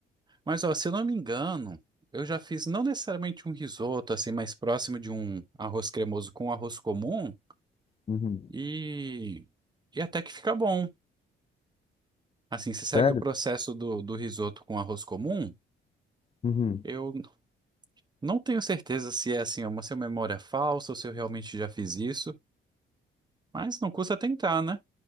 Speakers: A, on the right (about 20°); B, on the left (about 30°).
A: mas ó, se eu não me engano, eu já fiz não necessariamente um risoto, assim, mais próximo de um arroz cremoso com arroz comum,
B: Uhum.
A: e, e até que fica bom. Assim, se segue
B: Sério?
A: o processo do, do risoto com arroz comum,
B: Uhum.
A: eu n- não tenho certeza se é assim, uma se é memória falsa ou se eu realmente já fiz isso, mas não custa tentar, né?